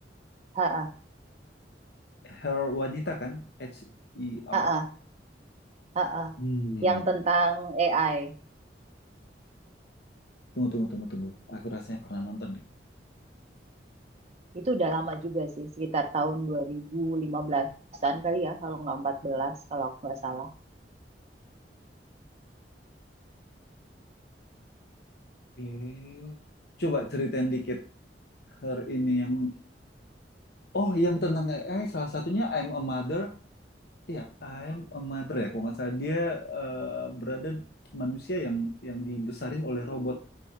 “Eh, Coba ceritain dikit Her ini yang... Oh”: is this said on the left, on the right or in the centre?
Left